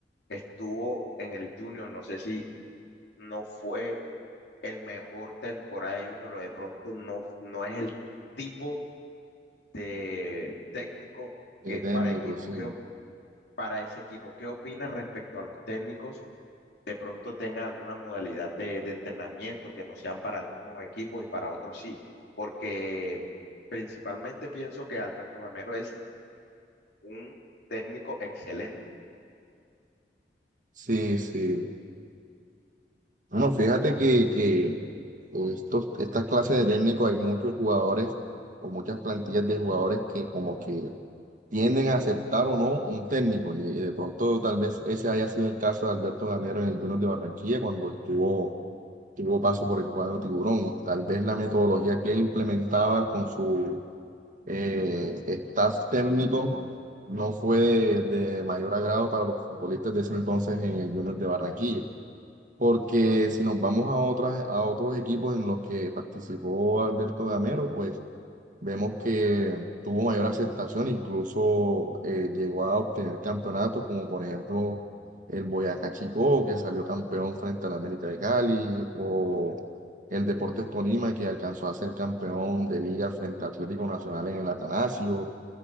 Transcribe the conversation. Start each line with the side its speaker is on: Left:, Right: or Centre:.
Left: estuvo en el Junior, no sé si no fue el mejor temporada de Junior o de pronto no, no es el tipo de técnico
Right: de
Left: que es
Right: técnico,
Left: para equipo.
Right: sí.
Left: ¿Qué, op- para ese equipo, ¿qué opinas respecto a los técnicos? De pronto tengan alguna modalidad de, de entrenamiento que no sean para algunos equipos y para otros sí, porque principalmente pienso que Alberto Gamero es Un técnico excelente.
Right: Sí, sí. Bueno, fíjate que, que estos, estas clases de técnicos hay muchos jugadores o muchas plantillas de jugadores que como que tienden a aceptar o no un técnico. Y eh, de pronto tal vez ese haya sido el caso de Alberto Gamero en el Junior de Barranquilla cuando estuvo, tuvo paso por el cuadro Tiburón. Tal vez la metodología que él implementaba con su eh, staff técnico no fue de, de mayor agrado para los futbolistas de ese entonces en el Junior de Barranquilla. Porque si nos vamos a otras, a otros equipos en los que participó Alberto Gamero, pues Vemos que tuvo mayor aceptación, incluso eh, llegó a obtener campeonatos, como por ejemplo el Boyacá Chicó, que salió campeón frente al América de Cali, o el Deportes Tolima, que alcanzó a ser campeón de liga frente a Atlético Nacional en el Atanasio,